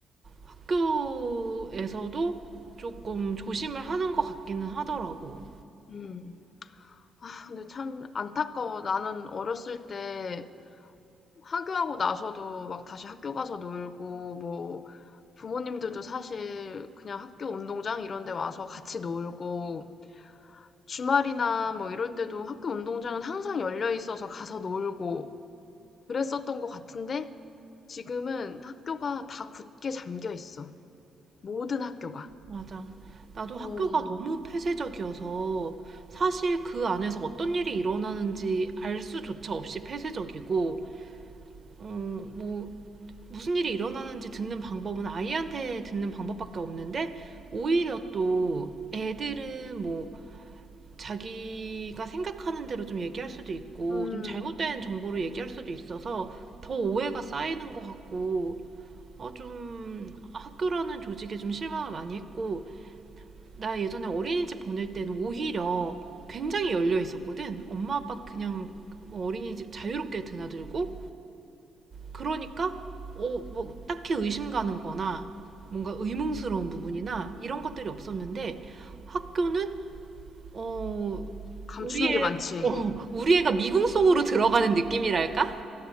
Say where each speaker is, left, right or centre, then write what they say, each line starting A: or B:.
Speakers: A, on the right; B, on the left.
A: 학교에서도 조금 조심을 하는 것 같기는 하더라고.
B: 음. 아 근데 참 안타까워. 나는 어렸을 때 하교하고 나서도 막 다시 학교 가서 놀고 뭐 부모님들도 사실 그냥 학교 운동장 이런 데 와서 같이 놀고 주말이나 뭐 이럴 때도 학교 운동장은 항상 열려 있어서 가서 놀고 그랬었던 것 같은데 지금은 학교가 다 굳게 잠겨 있어. 모든 학교가.
A: 맞아. 나도
B: 어,
A: 학교가 너무 폐쇄적이어서 사실 그 안에서 어떤 일이 일어나는지 알 수조차 없이 폐쇄적이고, 어, 뭐, 무슨 일이 일어나는지 듣는 방법은 아이한테 듣는 방법밖에 없는데, 오히려 또 애들은 뭐, 자기가 생각하는 대로 좀 얘기할 수도 있고,
B: 음,
A: 좀 잘못된 정보를 얘기할 수도 있어서 더 오해가 쌓이는 것 같고, 어, 좀 학교라는 조직에 좀 실망을 많이 했고, 나 예전에 어린이집 보낼 때는 오히려 굉장히 열려 있었거든. 엄마 아빠 그냥 뭐 어린이집 자유롭게 드나들고 그러니까 어, 뭐 딱히 의심 가는 거나 뭔가 의문스러운 부분이나 이런 것들이 없었는데 학교는 어
B: 감추는
A: 우리 애
B: 게 많지.
A: 어, 우리 애가 미궁 속으로 들어가는 느낌이랄까?